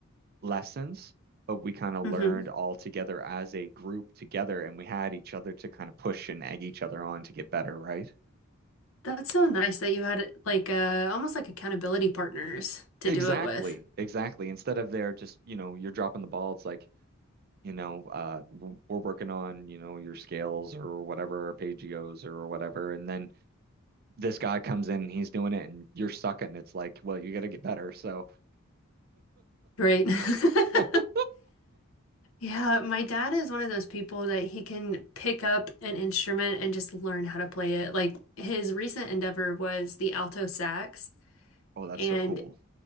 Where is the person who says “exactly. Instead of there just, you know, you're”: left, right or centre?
Right